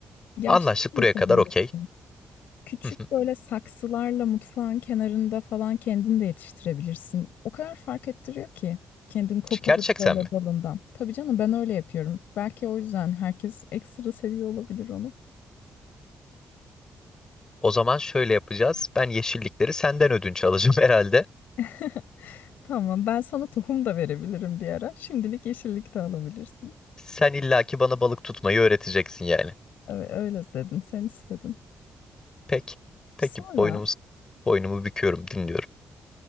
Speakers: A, on the left; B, on the left.
A: Ya
B: Anlaştık
A: şey de yapabilirsin.
B: buraya kadar okey.
A: Küçük
B: <laughs>
A: böyle saksılarla mutfağın kenarında falan kendin de yetiştirebilirsin. O kadar fark ettiriyor ki. Kendin koparıp
B: Gerçekten
A: böyle
B: mi?
A: dalından. Tabii canım ben öyle yapıyorum. Belki o yüzden herkes ekstra seviyor olabilir onu.
B: O zaman şöyle yapacağız. Ben yeşillikleri senden ödünç alacağım <laughs> herhalde.
A: <laughs> Tamam ben sana tohum da verebilirim bir ara. Şimdilik yeşillik de alabilirsin.
B: Sen illaki bana balık tutmayı öğreteceksin yani.
A: Evet, öyle dedin sen istedin.
B: Peki. Peki
A: Sonra
B: boynumuz boynumu büküyorum, dinliyorum.